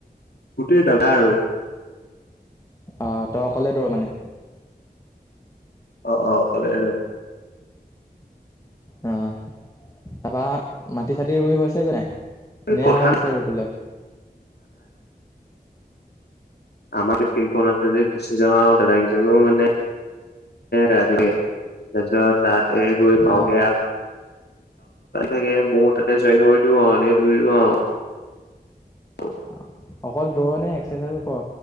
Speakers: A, on the left; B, on the left.
A: গোটেই দাদা আৰু
B: আহ তই অকলে দৰ মানে-
A: অ অ অকলে আৰু
B: আহ তাৰাপা মাটি চাটি ৰুই হৈছেগৈ নাই
A: এই
B: নেয়াও
A: কথা
B: আছে ৰুবলে-
A: আমাৰ ফিল্ডখন আছে যে গুচি যাওঁ আৰু দাদ কেইজনো মানে ৰাজগীৰ যচ তাত এই গই পাওঁগে
B: অঁ
A: তাগে মোৰ তাতে জইন কৰি দিও আহ এনেই ধৰি দিওঁ আহ
B: অ অকল দৌৰ নে এক্সাৰচাইজো কৰ